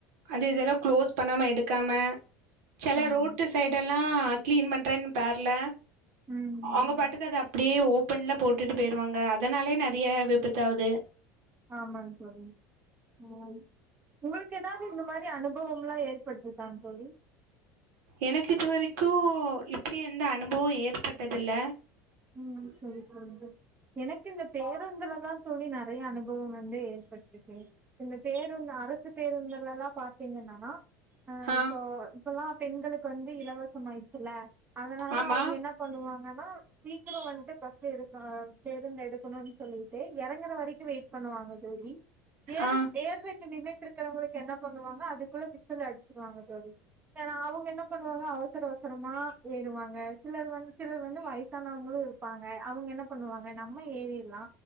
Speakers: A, on the right (about 85°); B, on the right (about 20°).
A: அந்த இதெல்லாம் குளோஸ் பண்ணாம எடுக்காம செல
B: ஆமாங்க
A: ரோட்டு சைடல்லாம் கிளீன் பண்றேன்னு பேர்ல
B: ம் ம்
A: அவுங்க பாட்டுக்கு அத அப்டியே ஓப்பன்ல போட்டுட்டு போயிருவாங்க அதனாலயே நெறைய விபத்து ஆவுது
B: ஆமாங்க தோழி ம் உங்களுக்கு ஏதாவது இந்த மாரி அனுபவம்ல்லாம் ஏற்பட்ருக்காங் தோழி
A: எனக்கு இதுவரைக்கும் இப்பிடி எந்த அனுபவம் ஏற்பட்டது இல்ல
B: ம் சரி‌ சரி. எனக்கு இந்த பேருந்துல தான் தோழி நெறைய அனுபவம் வந்து ஏற்பட்டிருக்கு இந்த பேருந்து அரசு பேருந்துலல்லாம் பாத் திங்கனா ஆஹ்
A: ஆ
B: இப்போ இப்பல்லாம் பெண்களுக்கு வந்து இலவசம் ஆயிடுச்சுல அதனால
A: ஆமா
B: அவுங்க என்ன பண்ணுவாங்க னனா சீக்கிரம் வந்துட்டு பஸ் எடுக்க பேருந்து எடுக்கணும்னு சொல்லிட்டு இறங்கற வரைக்கும் வெயிட் பண்ணுவாங்க தோழி ஏற்
A: ஆ
B: ஏறதுக்கு நின்னுட் இருக்கறவங்களுக் என்ன பண்ணுவாங்க அதுக்குள்ள விசல் அடி வச்சுருவாங்க தோழி ஏன்னா அவுங்க என்ன பண்ணுவாங்க அவசர அவசரமா ஏறுவாங்க சிலர் வந்து சிலர் வந்து வயசு வயசானவங்களும் இருப்பாங் க அவுங்க என்ன பண்ணுவாங்க நம்ம ஏரிர் லா